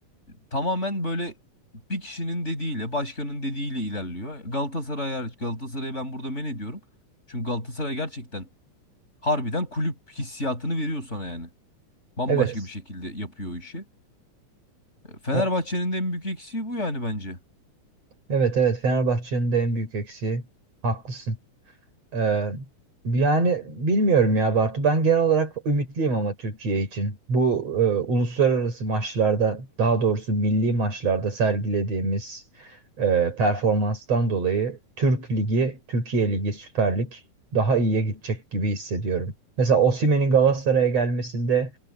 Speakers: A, on the left; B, on the right.
A: tamamen böyle bir kişinin dediğiyle, başkanın dediğiyle ilerliyor. Galatasaray hariç Galatasaray'ı ben burada men ediyorum. Çünkü Galatasaray gerçekten harbiden kulüp hissiyatını veriyor sana yani. Bambaşka
B: Evet.
A: bir şekilde yapıyor o işi. E, Fenerbahçe'nin
B: E-
A: de en büyük eksiği bu yani bence.
B: evet evet Fenerbahçe'nin de en büyük eksiği. Haklısın. Ee, yani bilmiyorum ya Bartu. Ben genel olarak ümitliyim ama Türkiye için. Bu e, uluslararası maçlarda, daha doğrusu milli maçlarda sergilediğimiz e, performanstan dolayı Türk Ligi, Türkiye Ligi, Süper Lig daha iyiye gidecek gibi hissediyorum. Mesela Osimhen'in Galatasaray'a gelmesinde